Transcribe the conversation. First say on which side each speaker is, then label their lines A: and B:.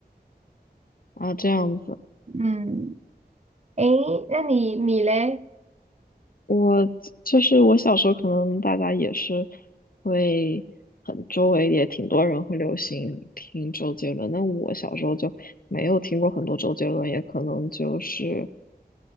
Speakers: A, on the left; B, on the right.
A: 啊，这样子。
B: 嗯，诶，那你你嘞？
A: 我就是我小时候，可能大家也是会很周围也挺多人会流行听周杰伦，那我小时候就没有听过很多周杰伦，也可能就是